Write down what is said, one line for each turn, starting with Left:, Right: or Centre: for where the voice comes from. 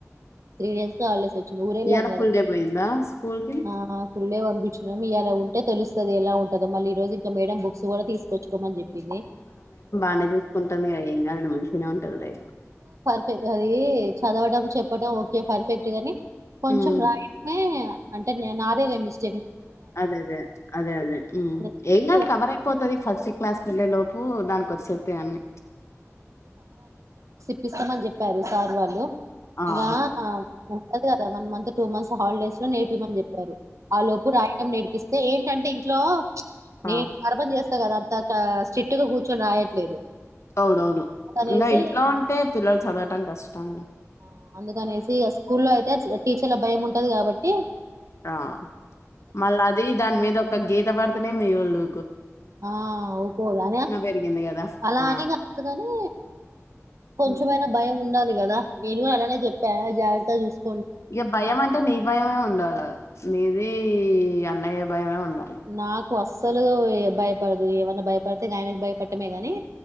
Right: త్రీ డేస్ కే హాలిడేస్ వచ్చింది ఊర వెళ్ళాం
Left: ఇయాల
Right: కదా
Left: ఫుల్ డే పోయిందా స్కూల్‌కి?
Right: ఆ ఫుల్ డే పంపి ఇయలా ఉంటే తెలుస్తది ఎలా ఉంటదో మళ్ళీ ఈ రోజు ఇంక మేడం బుక్స్ కూడా తీసుకోచ్చు కోమని చెప్పింది
Left: అనే చూసుకుంటంది ఏం కాదండి మంచిగనే ఉంటంది లేైఫ్
Right: తే ఇగ అది చదవడం చెప్పడం ఓకే ఫర్ఫెక్ట్ గానీ కొంచం
Left: హ్మ్.
Right: రైటే అంటే నే నాదేలే మిస్
Left: అదే అదే అదే అదే ఊ
Right: నెక్స్ట్
Left: ఏం కాదు కవరయిపోతది. ఫస్ట్ క్లాస్ కెళ్ళే లోపు దానికి వచ్చేత్తాయన్ని
Right: డి ఇపిస్తామని చెప్పారు సార్ వాళ్ళు
Left: ఆ!
Right: ఇంకా ఉంటది కదా one month two months holidays లో నేర్పిమని చెప్పారు. ఆ లోపు రాయటం నేర్పిస్త అదే ఏంటంటే ఇంట్లో నేను
Left: ఆ!
Right: గర్బం చేస్తా కదా అ త స్ట్రిక్ట్గా కూర్చొని రాయట్లేదు
Left: అవునవును
Right: అందుకనేసి
Left: ఇంగా ఇంట్లో ఉంటే పిల్లలు చదవటం కష్టం
Right: ఆ అందుకనేసి ఇగ స్కూల్లో అయితే టీచర్ల భయం ఉంటది గాబట్టి
Left: ఆ మళ్ళ అది దాని మీద ఒక గీత భర్తనే మీ ఓళ్ళు
Right: ఆ ఊకోదు అద
Left: పెరిగింది గదా!
Right: అలా
Left: ఆ!
Right: అని కాదుగాని కొంచమైనా
Left: హ్మ్.
Right: భయం ఉండాలి కదా నేను అలానే చెప్పా జాగ్రత్త చూస్తా
Left: ఇఅ భయం అంటే నీ భయమే ఉండాలి మీది అన్నయ్య భయమే ఉంది
Right: నాకు అస్ లు భయపడదు ఏమన్న భయపడితే గాయనకి భయపడమే గాని